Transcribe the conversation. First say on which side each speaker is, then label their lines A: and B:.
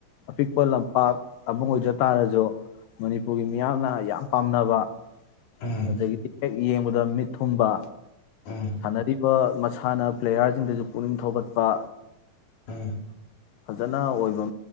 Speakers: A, on the left; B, on the left.
A: ꯑꯄꯤꯛꯄ ꯂꯝꯄꯥꯛ ꯇꯥꯕꯨꯡ ꯑꯣꯏꯖ ꯇꯥꯔꯁꯨ ꯃꯅꯤꯄꯨꯔꯒꯤ ꯃꯤꯌꯥꯝꯅ ꯌꯥꯝ ꯄꯥꯝꯅꯕ
B: ꯎꯝ
A: ꯑꯗꯒꯤꯗꯤ ꯍꯦꯛ ꯌꯦꯡ ꯕꯗ ꯃꯤꯠ ꯊꯨꯝꯕ
B: ꯎꯝ
A: ꯁꯥꯟꯅꯔꯤꯕ ꯃꯁꯥꯟꯅ ꯄ꯭ꯂꯦꯌꯥꯔꯁꯤꯡꯗꯁꯨ ꯄꯨꯛꯅꯤꯡ ꯊꯧꯒꯠꯄ
B: ꯎꯝ
A: ꯐꯖꯅ ꯑꯣꯏꯕ